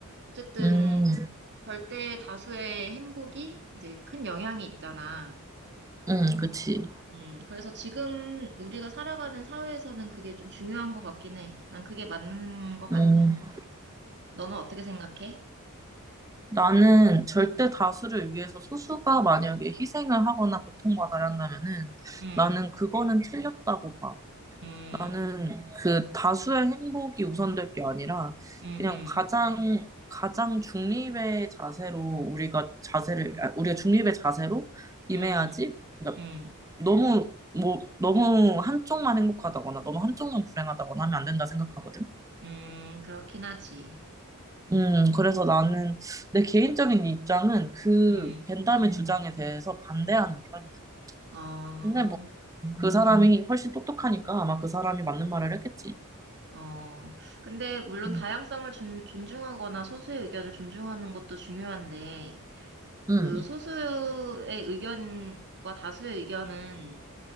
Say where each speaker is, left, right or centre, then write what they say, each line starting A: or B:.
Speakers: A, on the right (about 55°); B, on the right (about 15°).
A: 어쨌든
B: 음,
A: 절대 다수의 행복이 이제 큰 영향이 있잖아.
B: 음, 그치.
A: 음, 그래서 지금 우리가 살아가는 사회에서는 그게 좀 중요한 것 같긴 해. 난 그게 맞는 것 같아.
B: 음.
A: 너는 어떻게 생각해?
B: 나는 절대
A: 음,
B: 다수를 위해서 소수가 만약에 희생을 하거나 고통받아야 한다면은
A: 음,
B: 나는 그거는 틀렸다고 봐.
A: 음,
B: 나는 그 다수의 행복이 우선될 게 아니라
A: 음,
B: 그냥
A: 음,
B: 가장 가장 중립의 자세로 우리가 자세를 아, 우리가 중립의 자세로 임해야지
A: 음,
B: 그러니까
A: 음,
B: 너무 뭐 너무 한쪽만 행복하다거나 너무 한쪽만 불행하다거나 하면 안 된다 생각하거든.
A: 음, 그렇긴 하지.
B: 음 그래서 나는 내 개인적인 입장은 그
A: 음.
B: 벤담의 주장에 대해서 반대하는 편이야.
A: 어,
B: 근데 뭐 그 사람이 훨씬 똑똑하니까 아마 그 사람이 맞는 말을 했겠지.
A: 어. 근데 물론
B: 음,
A: 다양성을 존, 존중하거나 소수의 의견을 존중하는 것도 중요한데,
B: 음,
A: 그 소수의 의견과 다수의 의견은